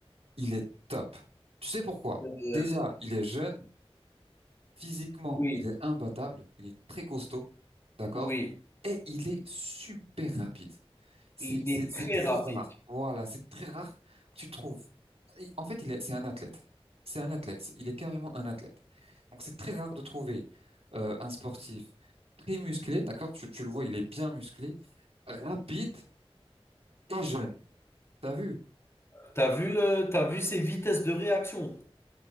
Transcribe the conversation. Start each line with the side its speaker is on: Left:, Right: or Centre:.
Right: il est top. Tu sais pourquoi?
Left: heu,
Right: Déjà, il est jeune, physiquement,
Left: oui,
Right: il est imbattable, il est très costaud, d'accord?
Left: oui,
Right: Et il est super rapide. C'est,
Left: il
Right: c'est,
Left: est
Right: c'est
Left: très
Right: très
Left: rapide.
Right: rare. Voilà, c'est très rare que tu trouves. Il- En fait, il est, c'est un athlète. C'est un athlète. Il est carrément un athlète. Donc, c'est très rare de trouver euh, un sportif très musclé, d'accord? Tu, tu le vois, il est bien musclé, rapide et jeune. T'as vu?
Left: t'as vu le t'as vu ses vitesses de réaction?